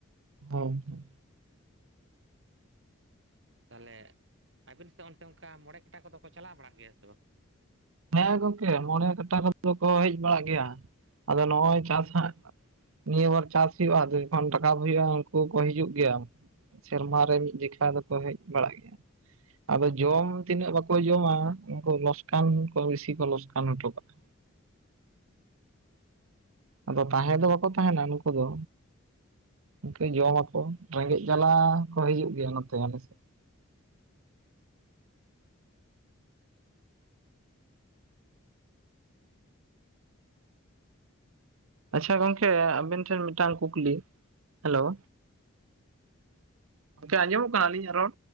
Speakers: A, on the right (about 75°); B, on the right (about 60°).
A: ᱦᱳᱭ ᱦᱳᱭ
B: ᱛᱟᱦᱚᱞᱮ ᱟᱵᱤᱱ ᱥᱮᱫ ᱚᱱᱛᱮ ᱚᱱᱠᱟ ᱢᱚᱬᱮ ᱠᱟᱴᱟ ᱠᱚᱫᱚ ᱠᱚ ᱪᱟᱞᱟᱣ ᱵᱟᱲᱟᱜ ᱜᱮᱭᱟ ᱥᱮ ᱵᱟᱝ?
A: ᱦᱮᱸ ᱜᱚᱝᱠᱮ ᱢᱚᱬᱮ ᱠᱟᱴᱟ ᱠᱚᱫᱚ ᱠᱚ ᱦᱮᱡ ᱵᱟᱲᱟᱜ ᱜᱮᱭᱟ ᱾ ᱟᱫᱚ ᱱᱚᱜᱼᱚᱭ ᱪᱟᱥ ᱦᱟᱸᱜ ᱱᱤᱭᱟᱹ ᱵᱟᱨ ᱪᱟᱥ ᱦᱩᱭᱩᱜᱼᱟ ᱟᱫᱚ ᱡᱚᱠᱷᱚᱱ ᱨᱟᱠᱟᱵ ᱟᱜᱩ ᱦᱩᱭᱩᱜᱼᱟ ᱩᱱᱠᱩ ᱠᱚ ᱦᱤᱡᱩᱜ ᱜᱮᱭᱟ᱾ ᱥᱮᱨᱢᱟ ᱨᱮ ᱢᱤᱫ ᱡᱮᱠᱷᱟ ᱫᱚᱠᱚ ᱦᱮᱡ ᱵᱟᱲᱟᱜ ᱜᱮᱭᱟ᱾ ᱟᱫᱚ ᱡᱚᱢ ᱛᱤᱱᱟᱹᱜ ᱵᱟᱠᱚ ᱡᱚᱢᱟ ᱩᱱᱠᱩ ᱞᱚᱥᱠᱟᱱ ᱠᱚ ᱵᱤᱥᱤ ᱠᱚ ᱞᱪᱥᱠᱟᱱ ᱦᱟᱴᱟ ᱠᱟᱜᱼᱟ᱾ ᱟᱫᱚ ᱛᱟᱦᱮᱸ ᱫᱚ ᱵᱟᱠᱚ ᱛᱟᱦᱮᱸᱱᱟ ᱱᱩᱠᱩ ᱫᱚ᱾ ᱤᱱᱠᱟᱹ ᱡᱚᱢᱟᱠᱚ ᱨᱮᱸᱜᱮᱡ ᱡᱟᱞᱟᱻ ᱠᱚ ᱦᱤᱡᱩᱜ ᱜᱮᱭᱟ ᱱᱚᱛᱮ ᱟᱞᱮ ᱥᱮᱫ᱾ ᱟᱪᱪᱷᱟ ᱜᱚᱝᱠᱮ ᱟᱵᱮᱱ ᱴᱷᱮᱱ ᱢᱮᱫᱴᱟᱝ ᱠᱩᱠᱞᱤ, ᱦᱮᱞᱳᱣ ᱜᱟᱝᱠᱮ ᱟᱸᱡᱚᱢᱚᱜ ᱠᱟᱱᱟ ᱟᱞᱤᱧᱟ ᱨᱚᱲ?